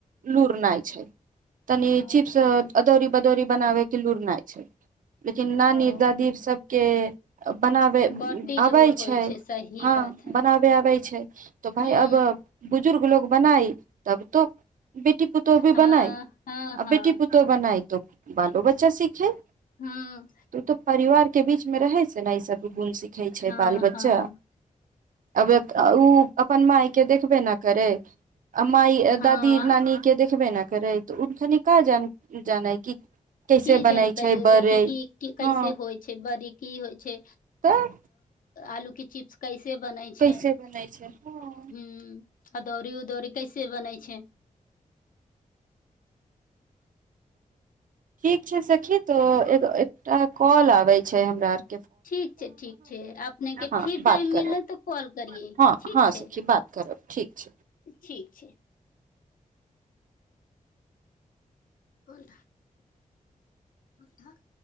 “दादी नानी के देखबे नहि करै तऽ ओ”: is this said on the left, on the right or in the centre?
Right